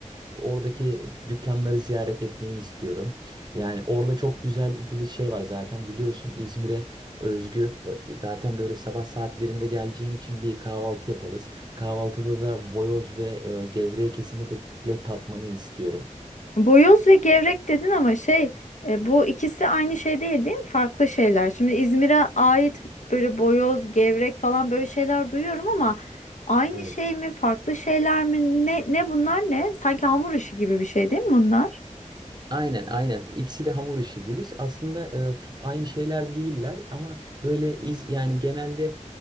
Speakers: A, on the right (about 35°); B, on the left (about 70°).
A: oradaki dükkanları ziyaret etmeni istiyorum. Yani orada çok güzel gül şey var zaten biliyorsun İzmir'e özgü e, zaten böyle sabah saatlerinde geleceğin için bir kahvaltı yaparız. Kahvaltıda da boyoz ve e, gevrek kesini de tatmanı istiyorum.
B: Boyoz ve gevrek dedin ama şey e, bu ikisi aynı şey değil değil mi? Farklı şeyler. Şimdi İzmir'e ait böyle boyoz, gevrek falan böyle şeyler duyuyorum ama aynı
A: Evet.
B: şey mi? Farklı şeyler mi? Ne ne bunlar ne? Sanki hamur işi gibi bir şey değil mi bunlar?
A: Aynen aynen. İkisi de hamur işi Gülis. Aslında e, f- aynı şeyler değiller ama böyle iz yani genelde